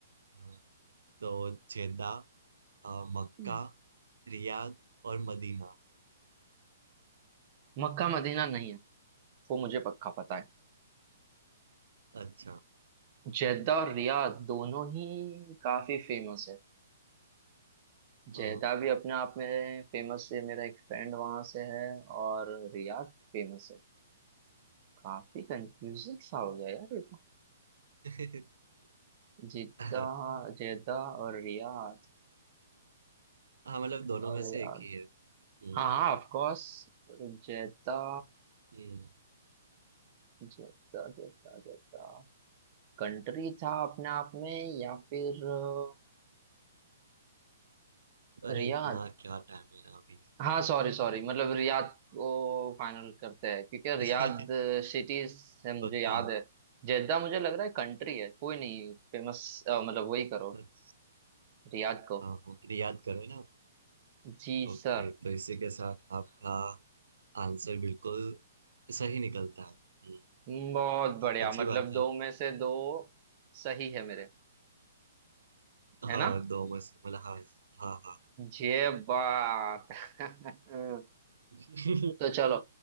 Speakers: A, on the right (about 75°); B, on the right (about 40°).
A: हाँ, तो जेदा अ, मक्का
B: हम्म।
A: रियाद और मदीना
B: मक्का मदीना नहीं है वो मुझे पक्का पता है
A: अच्छा
B: जेद्दा और रियाद दोनों ही काफी फेमस है
A: हाँ।
B: जेदा भी अपने आप में फेमस है मेरा एक फ्रेंड वहां से है और रियाद फेमस है काफी कंफ्यूजन सा हो गया यार ये तो
A: <laughs>
B: जिद्दा
A: हाँ
B: जेदा और रियाद
A: मतलब
B: जेदा
A: दोनों
B: और
A: में
B: रियाद
A: से एक ही है हम्म
B: हाँ हाँ ऑफ कोर्स जेदा
A: हम्म।
B: जेदा जेदा जेदा कंट्री था अपने आप में या फिर अ,
A: अरे
B: रियाद
A: इतना क्या टाइम है ना अभी
B: हाँ सॉरी सॉरी मतलब रियाद को फाइनल करते हैं क्योंकि रियाद
A: <laughs>
B: सिटी है मुझे
A: पक्का
B: याद है जेद्दा मुझे लग रहा है कंट्री है कोई नहीं फेमस मतलब वही करो
A: अच्छा,
B: रियाद को
A: हाँ हाँ याद करो ना
B: जी
A: ओके
B: सर
A: तो इसी के साथ आपका आंसर बिल्कुल सही निकलता है हम्म,
B: बहुत बढ़िया
A: अच्छी
B: मतलब
A: बात
B: दो
A: है
B: में से दो सही है मेरे
A: हाँ
B: है ना
A: दो में से मतलब हाँ हाँ हाँ
B: ये बात <laughs>
A: <laughs>
B: तो चलो